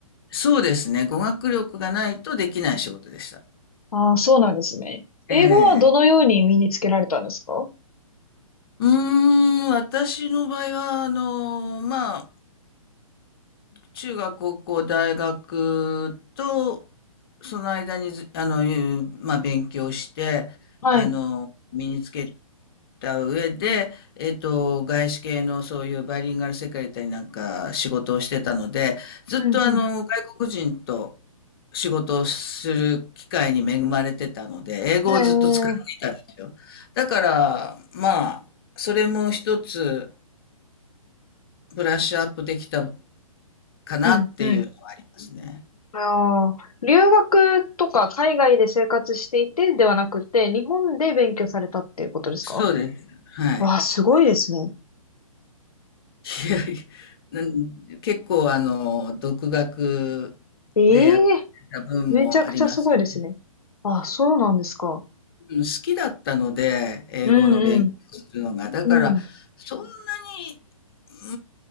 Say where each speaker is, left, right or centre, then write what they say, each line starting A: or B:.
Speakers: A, on the left; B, on the left.
A: そうですね。語学力がないとできない仕事でした。
B: ああ、そうなんですね。
A: ええ。
B: 英語はどのように身につけられたんですか
A: うーん、私の場合は、あの、まあ、中学、高校、大学と、その間にず、あの、いうまあ、勉強して、
B: はい。
A: あの、身につけた上で、えっと、外資系のそういうバイリンガルセクレタリーなんか仕事をしてたので、ずっとあの、
B: うん、うん。
A: 外国人と仕事をする機会に恵まれてたので、英語をずっと使っていたんですよ。
B: ええ
A: だから、まあ、それも一つブラッシュアップできたかなっていうのはありますね。
B: うん、うん。ああ、留学とか海外で生活していてではなくて、日本で勉強されたっていうことですか
A: そうです。はい。
B: わあ、すごいですね。
A: いやいや、なん結構あの、独学
B: ええ
A: でやってた分もありますね。
B: めちゃくちゃすごいですね。あ、そうなんですか。
A: うん好きだったので、英語の勉強するのが。
B: うん
A: だから、
B: うん。うん。
A: そんなに、う